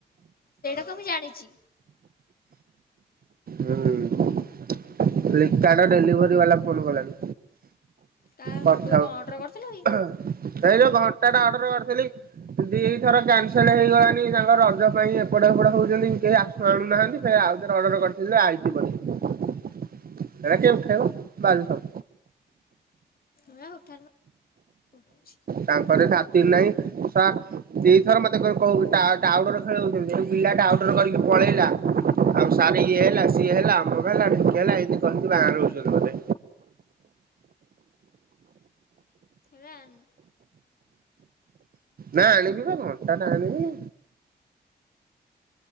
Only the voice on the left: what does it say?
ସବୁ ଜାଣିଛି।
କାହାକୁ
ତୁ କଣ ଅର୍ଡ଼ର କରିଥିଲୁ କି
ହେଁ ଉଠାନି ମ। ଉଠୁଛି।
ରାନୀ।